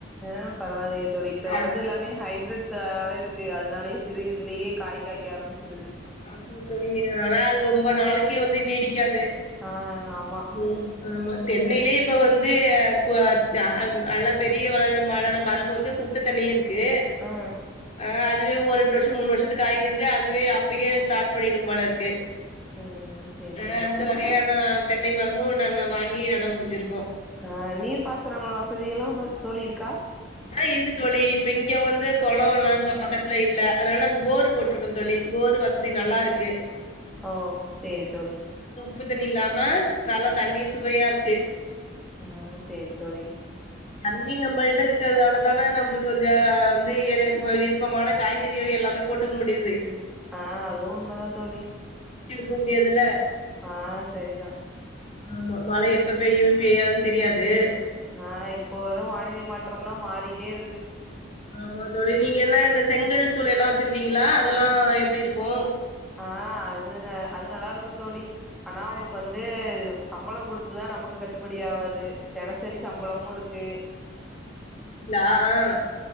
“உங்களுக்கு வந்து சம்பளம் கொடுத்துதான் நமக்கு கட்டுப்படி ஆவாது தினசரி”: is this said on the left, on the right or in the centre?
Centre